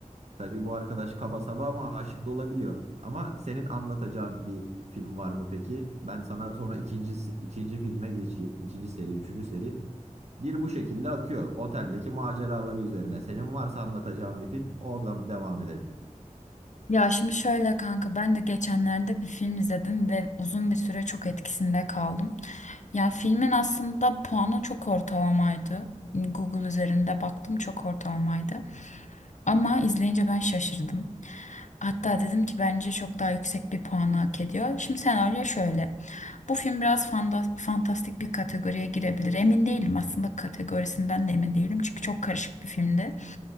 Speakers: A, on the right; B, on the left.
A: Tabii bu arkadaş kaba saba ama aşık da olabiliyor. Ama senin anlatacağın bir film var mı peki? Ben sana sonra ikinci ikinci filme geçeyim. İkinci seri, üçüncü seri. Bir bu şekilde akıyor. Oteldeki maceraları üzerine. Senin varsa anlatacağın bir film, oradan devam edelim.
B: Ya şimdi şöyle kanka ben de geçenlerde bir film izledim ve uzun bir süre çok etkisinde kaldım. Ya filmin aslında puanı çok ortalamaydı. Google üzerinde baktım çok ortalamaydı. Ama izleyince ben şaşırdım. Hatta dedim ki bence çok daha yüksek bir puanı hak ediyor. Şimdi senaryo şöyle. Bu film biraz fanda- fantastik bir kategoriye girebilir. Emin değilim aslında kategorisinden de emin değilim. Çünkü çok karışık bir filmdi.